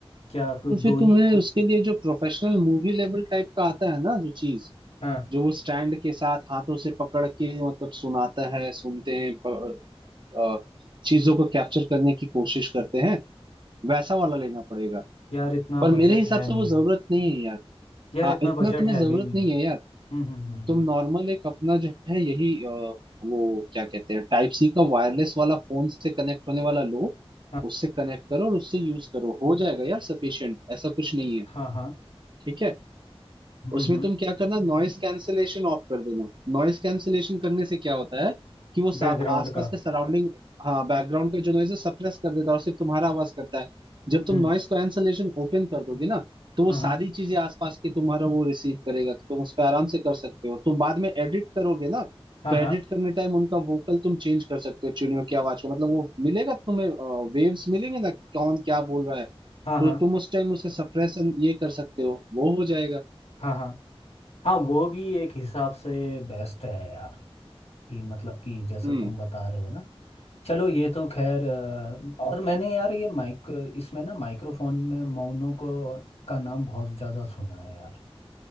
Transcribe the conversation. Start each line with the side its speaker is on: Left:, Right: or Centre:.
Left: क्या फिर
Right: तो फिर
Left: दो ही
Right: तुम्हें
Left: लूँ
Right: उसके लिए जो प्रोफेशनल मूवी लेवल टाइप का आता है ना जो चीज
Left: हाँ
Right: जो वो स्टैंड के साथ हाथों से पकड़ के मतलब सुनाता है सुनते हैं प- अ, चीजों को कैप्चर करने की कोशिश करते हैं वैसा वाला लेना पड़ेगा
Left: यार इतना
Right: पर
Left: बजट
Right: मेरे हिसाब
Left: है
Right: से
Left: नहीं
Right: वो जरूरत नहीं है यार
Left: यार
Right: हाँ
Left: इतना
Right: इतना
Left: बजट
Right: तुम्हें
Left: है
Right: जरूरत
Left: भी नहीं
Right: नहीं है यार
Left: हम्म हम्म हम्म
Right: तुम
Left: हम्म,
Right: नॉर्मल एक अपना जो है यही अ, वो क्या कहते हैं टाइप सी का वायरलेस वाला फोन से कनेक्ट होने वाला लो
Left: हाँ
Right: उससे कनेक्ट करो और उससे यूज करो हो जाएगा यार सफिशिएंट ऐसा कुछ नहीं है
Left: हाँ हाँ
Right: ठीक है
Left: हम्म
Right: उसमें
Left: हम्म
Right: तुम क्या करना नॉइस कैंसलेशन ऑफ कर देना नॉइस कैंसलेशन करने से क्या होता है कि वो सा-
Left: बैकग्राउंड
Right: आसपास
Left: का
Right: का सराउंडिंग हाँ बैकग्राउंड का जो नॉइज है सप्रेस कर देता है और सिर्फ तुम्हारा आवाज करता है जब तुम
Left: हम्म
Right: नॉइस कैंसलेशन ओपन कर दोगे ना तो वो
Left: हाँ
Right: सारी
Left: हाँ
Right: चीजें आसपास की तुम्हारा वो रिसीव करेगा तो तुम उस पर आराम से कर सकते हो तुम बाद में एडिट करोगे ना
Left: हाँ
Right: तो एडिट
Left: हाँ
Right: करने टाइम उनका वोकल तुम चेंज कर सकते हो चिड़ियों की आवाज को मतलब वो मिलेगा तुम्हें वेव्स मिलेंगे ना कि कौन क्या बोल रहा है
Left: हाँ
Right: तो
Left: हाँ
Right: तुम उस टाइम उसे सप्रेस ये कर सकते हो वो हो जाएगा
Left: हाँ हाँ हाँ वो भी एक हिसाब से बेस्ट है यार कि मतलब कि जैसे
Right: हम्म
Left: तुम बता रहे हो ना चलो ये तो खैर अ, और मैंने यार ये माइक इसमें ना माइक्रोफोन में मौनों को का नाम बहुत ज़्यादा सुना है यार